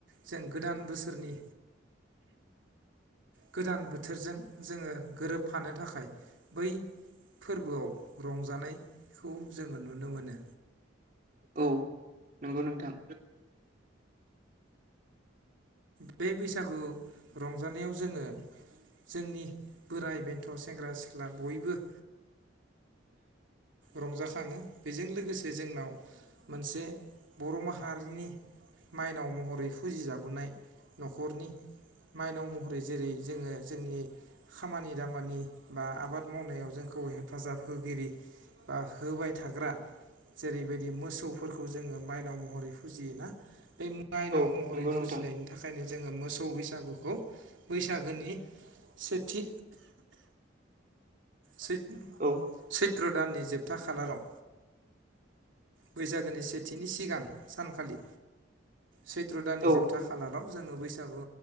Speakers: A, on the right; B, on the right.
A: जों गोदान बोसोरनि गोदान बोथोरजों जोङो गोरोबफानो थाखाय बै फोरबोआव रंजानायखौ जोङो नुनो मोनो
B: औ नंगौ नोंथां
A: बे बैसागु रंजानायाव जोङो जोंनि बोराइ बेन्थ सेंग्रा सिख्ला बयबो रंजाखाङो बेजों लोगोसे जोंनाव मोनसे बर' माहारिनि माइनाव महरै फुजिजाबोनाय नखरनि माइनाव महरै जेरै जोङो जोंनि खामानि दामानि बा आबाद मावनायाव जोंखौ हेफाजाब होगिरि बा होबाय थाग्रा जेरैबायदि मोसौफोरखौ जोङो माइनाव महरै फुजियोना बे माइनाव
B: औ
A: महरै
B: नंगौ नोंथां
A: फुजिनायनि थाखायनो जोङो मोसौ बैसागुखौ बैसागोनि सेथि सै
B: औ
A: सैत्र दाननि जोबथा खालाराव बैसागोनि सेथिनि सिगां सानखालि सैत्र दानानि
B: औ
A: जोबथा खालार जोङो बैसागु